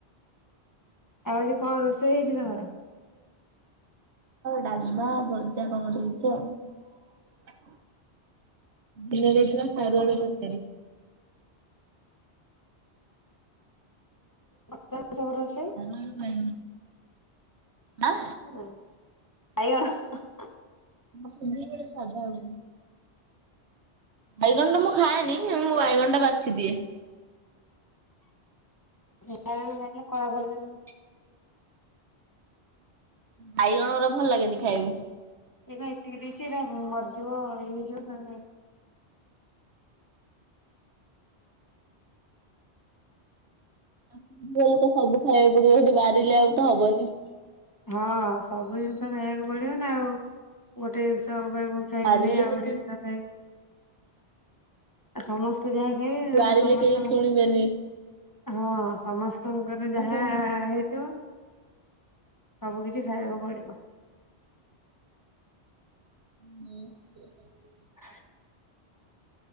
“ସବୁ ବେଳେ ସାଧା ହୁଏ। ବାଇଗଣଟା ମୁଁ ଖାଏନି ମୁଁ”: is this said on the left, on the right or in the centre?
Right